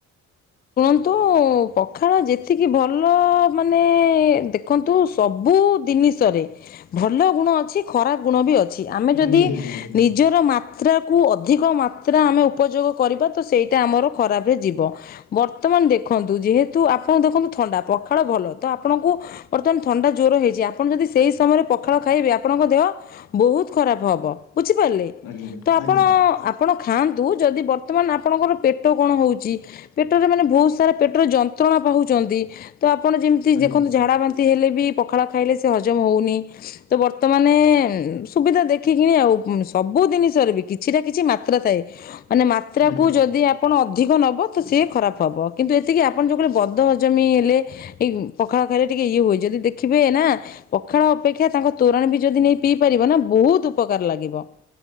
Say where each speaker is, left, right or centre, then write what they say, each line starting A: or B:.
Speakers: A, on the left; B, on the left.
A: ଶୁଣନ୍ତୁ ପଖାଳ ଯେତିକି ଭଲ ମାନେ ଦେଖନ୍ତୁ ସବୁ ଦିନିସରେ ଭଲ ଗୁଣ ଅଛି। ଖରାପ ଗୁଣ ବି ଅଛି। ଆମେ
B: ନା
A: ଯଦି
B: ନିହାତି ନିହାତି ହଁ
A: ନିଜର ମା ମାତ୍ରାକୁୁ ଅଧିକ ମାତ୍ରା ଆମେ ଉପଯୋଗ କରିବା ତ ସେଇଟା ଆମର ଖରାପରେ ଯିବ। ବର୍ତ୍ତମାନ ଦେଖନ୍ତୁ ଯେହେତୁ ଆପଣ ଦେଖନ୍ତୁ ଥଣ୍ଡା ପଖାଳ ଭଲ ତ ଆପଣଙ୍କୁ ବର୍ତ୍ତମାନ ଥଣ୍ଡା ଜ୍ୟର ହେଇଚି ଆପଣ ଯଦି ସେଇ ସମୟରେ ପଖାଳ ଖାଇବେ ଆପଣଙ୍କ ଦେହ ବହୁତ୍ ଖରାପ ହବ ବୁଝିପାରିଲେ?
B: ଆଜ୍ଞା
A: ତ ଆପଣ
B: ଆଜ୍ଞା
A: ଆପଣ ଖାଆନ୍ତୁ ଯଦି ବର୍ତ୍ତମାନ ଆପଣଙ୍କର ପେଟ କଣ ହଉଚି ପେଟରେ ମାନେ ବହୁତ୍ ସାରା ପେଟର ଯନ୍ତ୍ରଣା ପାଉଚନ୍ତି ତ ଆପଣ ଯେମିତି
B: ଆଜ୍ଞା
A: ଦେଖନ୍ତୁ ଝାଡ଼ା ବା ତେ ହେଲେ ବି ପଖାଳ ଖାଇଲେ ସେ ହଜମ ହଉନି। ତ ବର୍ତ୍ତମାନେ ସୁବିଧା ଦେଖିକିନି ଆଉ ସବୁ ଜିନିଷରେ ବି କି କିଛିଟା କିଛି ମାତ୍ରା ଥାଏ ମାନେ ମାତ୍ରାକୁ
B: ଆଜ୍ଞା
A: ଯଦି ଆପଣ ଅଧିକ ନବ ତ ସିଏ ଖରାପ୍ ହବ କିନ୍ତୁ ଏତିକି ଆପଣ ଯୋଉ କହିଲେ ବଦ ହଜମି ହେଲେ ଏଇ ପଖାଳ ଖାଇଲେ ଟିକେ ଇଏ ହୁଏ ଯଦି ଦେଖିବେ ନାଁ ପଖାଳ ଅପେକ୍ଷା ତାଙ୍କ ତୋରାଣି ବି ଯଦି ନେଇ ପିଇ ପାରିବ ନାଁ ବହୁତ୍ ଉପକାର ଲାଗିବ।